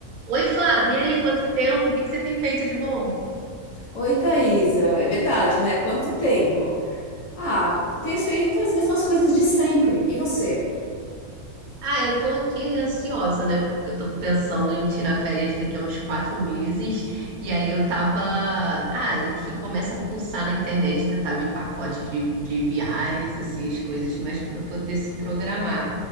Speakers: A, on the right; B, on the left.
A: Oi, Flávia, e aí, quanto tempo? O que que você tem feito de bom?
B: Oi, Thaisa. É verdade, né? Quanto tempo? Ah, eu tenho feito as mesmas coisas de sempre. E você?
A: Ah, eu tô aqui ansiosa, né? Porque eu tô pensando em tirar férias daqui a uns quatro meses. E aí eu tava. Ah, a gente fica, começa a fuçar na internet, tentar ver pacote de, de viagens, assim, as coisas, mas para poder se programar.